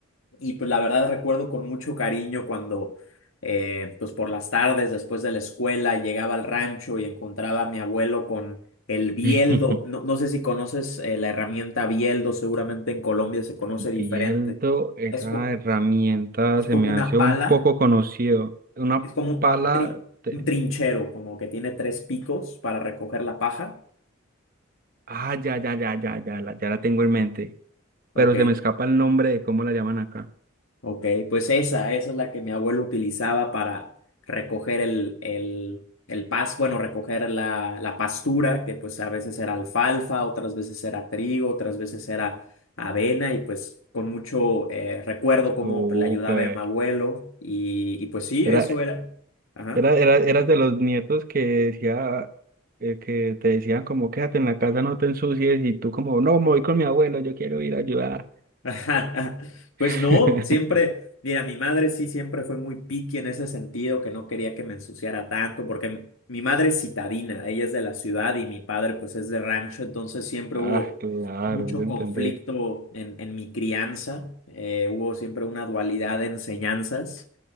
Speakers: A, on the left; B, on the right.
A: Y pues la verdad recuerdo con mucho cariño cuando, eh, pues por las tardes después de la escuela llegaba al rancho y encontraba a mi abuelo con el bieldo.
B: <laughs>
A: No, no sé si conoces, eh, la herramienta bieldo, seguramente en Colombia se conoce diferente.
B: Viendo esa
A: Es, co-
B: herramienta
A: es
B: se
A: como
B: me
A: una
B: hace
A: pala
B: un poco conocido. Una
A: es como
B: pala
A: un, un tri-
B: de...
A: un trinchero, como que tiene tres picos para recoger la paja.
B: Ah, ya, ya, ya, ya, ya, la, ya la tengo en mente.
A: Ok,
B: Pero se me escapa el nombre de cómo la llaman acá.
A: ok, pues esa, esa es la que mi abuelo utilizaba para recoger el, el, el pas, bueno, recoger la, la pastura, que pues a veces era alfalfa, otras veces era trigo, otras veces era avena, y pues con mucho eh, recuerdo cómo
B: Súper.
A: pues, le ayudaba a mi abuelo, y, y pues sí,
B: Era,
A: eso era. Ajá.
B: Era, era, eras de los nietos que decía, eh, que te decían como quédate en la casa, no te ensucies, y tú como, no, me voy con mi abuelo, yo quiero ir a ayudar.
A: <laughs> Ajá, ajá. Pues
B: <laughs>
A: no, siempre, mira, mi madre sí siempre fue muy picky en ese sentido, que no quería que me ensuciara tanto, porque m- mi madre es citadina, ella es de la ciudad y mi padre pues es de rancho, entonces siempre
B: Ah,
A: hubo
B: claro,
A: mucho
B: de entender.
A: conflicto en, en mi crianza, eh, hubo siempre una dualidad de enseñanzas.